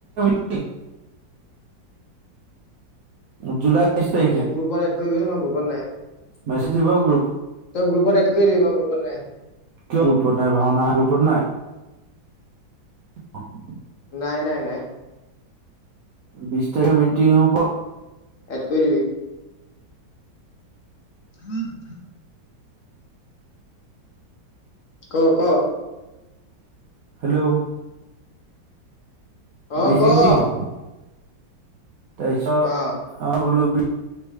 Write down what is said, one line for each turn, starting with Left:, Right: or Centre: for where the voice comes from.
Right: অ। জুলাই। তাৰিখে
Left: মোক গ্ৰুপত এড কৰি দিবি মই গ্ৰুপত নাই।
Right: মেছেজ দিব গ্ৰুপ
Left: তই গ্ৰুপত এড কৰি দিবি মই গ্ৰুপত নাই
Right: কিয় নাই ভাওনা গ্ৰুপ- তোত নাই। <unintelligible>
Left: নাই নাই নাই।
Right: বিশ তাৰিখে মিটিং হব।
Left: এড কৰি দিবি। চ চ। ক ক।
Right: হেল্ল'
Left: অ
Right: বিশ
Left: ক
Right: তাৰিখে মিটিং হ'ব। তাৰ পিছত
Left: অ
Right: অ বোলো বি-